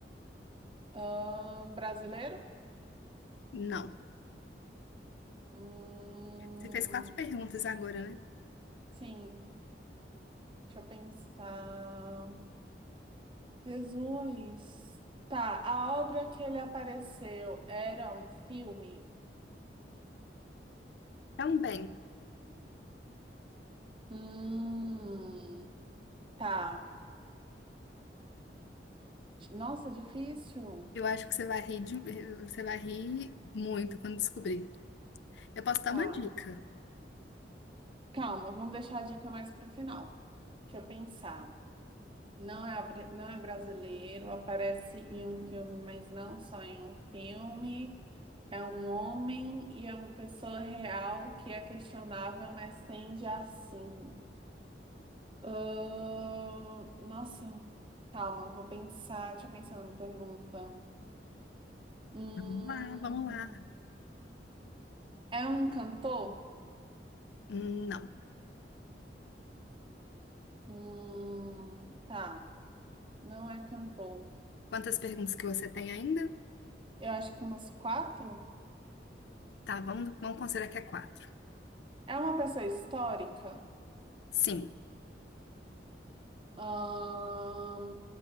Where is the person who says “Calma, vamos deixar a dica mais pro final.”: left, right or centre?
Right